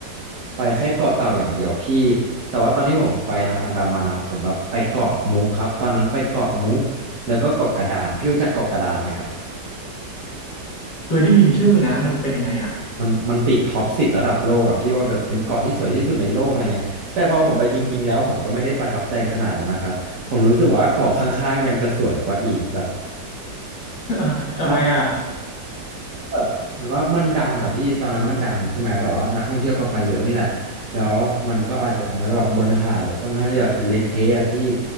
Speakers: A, on the right; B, on the left.
A: ไปแค่เกาะเต่าอย่างเดียวพี่แต่ว่าตอนที่ผมไปทางอันดามันอ่ะผมแบบไปเกาะมุกครับตอนนั้นไปเกาะมุกแล้วก็เกาะกระดานพี่รู้จักเกาะกระดานไหมครับ
B: เคยได้ยินชื่อนะมันเป็นยังไงอ่ะ
A: มันมันติดท็อปสิบระดับโลกอ่ะพี่ว่าแบบเป็นเกาะที่สวยที่สุดในโลกอะไรเงี้ยแต่พอผมไปจริงๆแล้วผมก็ไม่ได้ประทับใจขนาดนั้นนะครับผมรู้สึกว่าเกาะข้างๆยังจะสวยกว่าอีกแบบ
B: <laughs> ทำไมอ่ะ
A: อ่าแบบเหมือนว่ามันดังอ่ะพี่ตอนนั้นมันดังใช่ไหมแบบว่านักท่องเที่ยวก็ไปเยอะนี่แหละแล้วมันก็อาจจะทำให้แบบบนหาดแบบค่อนข้างที่จะเละเทะอ่ะพี่